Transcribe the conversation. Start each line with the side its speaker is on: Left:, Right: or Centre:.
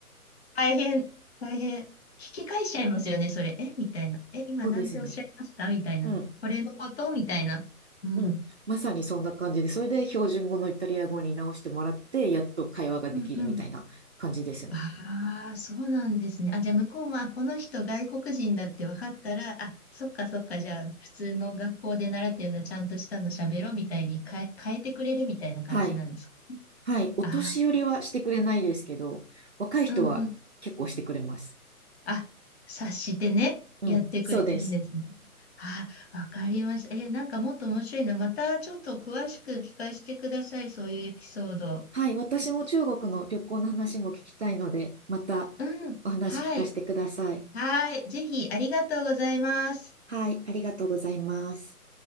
Left: 大変、大変。聞き返しちゃいますよね、それ。えみたいな。
Right: <laughs>
Left: え、今なんておっしゃいましたみたいな。
Right: そうですね。うん、
Left: これのことみたいな。うん。
Right: うん。まさにそんな感じで、それで標準語のイタリア語に直してもらって、やっと会話ができるみたいな感じですね。
Left: うんうん。ああ、そうなんですね。あ、じゃあ向こうも、あ、この人外国人だって分かったら、あ、そっかそっか、じゃあ普通の学校で習ったようなちゃんとしたの喋ろうみたいに変え、変えてくれるみたいな感じなんですかね。
Right: はい。はい。お年寄りはしてくれないですけど、
Left: あ
Right: 若い人は結構してくれます。
Left: あ、うんうん。あ、察してね、
Right: うん、
Left: やってくれるんですね。
Right: そうです。
Left: あ、わかりました。え、なんかもっと面白いな。またちょっと詳しく聞かせてください。そういうエピソード。
Right: はい。私も中国の旅行の話も聞きたいので、またお話聞かせてください。
Left: うん。はい。はい。ぜひ、ありがとうございます。
Right: はい。ありがとうございます。